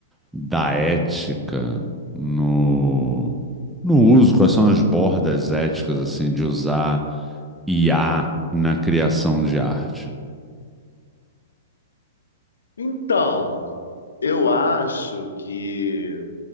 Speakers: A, in the centre; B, on the left.
A: da ética no, no uso? Quais são as bordas éticas assim de usar IA na criação de arte?
B: Então, eu acho que